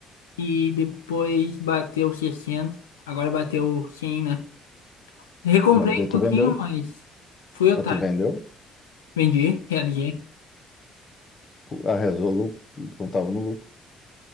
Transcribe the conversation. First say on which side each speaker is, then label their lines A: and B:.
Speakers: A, on the left (about 90°); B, on the left (about 40°).
A: E depois bateu sessenta Agora bateu cem né? Recomprei
B: Mas daí
A: um
B: tu
A: pouquinho,
B: vendeu.
A: mas fui otário.
B: Mas tu vendeu.
A: Vendi, realizei.
B: A Resolu contava no lucro.